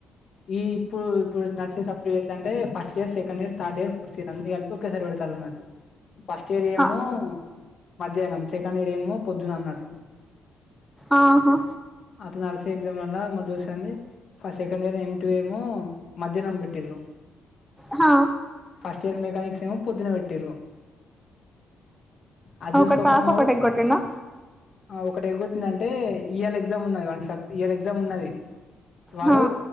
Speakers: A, on the left; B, in the centre.
A: ఈ ఇప్పు ఇప్పుడు నాడ్సే సప్లిలు ఎట్లా అంటే first year second year third year fourth year అన్ని కలిపి ఒకేసారి వేడ్ తాళ్లు అన్నట్టు ఫస్ట్ ఇయర్ ఏమో
B: ఆ
A: మధ్యాహ్నం సెకండ్ ఇయర్ ఏమో పొద్దున అన్నట్టు
B: ఆహా
A: అట్లా నాడ్సే ఎగ్జామ్లల్ల మా దోస్తుగంది ఫస్ సెకండ్ ఇయర్ ఎమ్ టు ఏమో మధ్యాహ్నం పెట్టిరు
B: హా
A: ఫస్ట్ ఇయర్ మెకనిక్స్ ఏమో పొద్దున పెట్టిరూ అది చూసుకోక
B: ఒకటి రాసి
A: మా
B: ఒకటి
A: ఒడు
B: ఎగ్గొట్టిండా
A: ఒకటి ఎగోట్టిండు అంటే ఇయలా ఎగ్జామ్ ఉన్నది వనికి ఇయలా ఎగ్జామ్ ఉన్నది వాడు
B: హా